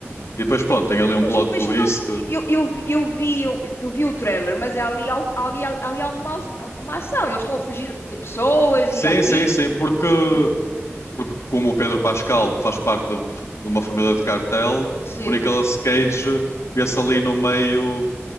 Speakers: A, on the left (about 75°); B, on the left (about 55°).
A: E depois, pronto, tem ali um
B: Mas,
A: plot
B: mas
A: twist.
B: pelo eu, eu, vi- eu vi eu, eu vi o trailer, mas há ali algo ali, há- ali alguma ace- uma ação. Eles estão a fugir de pessoas
A: Sim,
B: e a ti.
A: sim, sim, porque
B: Ah,
A: porque como o Pedro Pascal faz parte de de uma família de cartel,
B: Sim.
A: o Nicolas Cage vê-se ali no meio,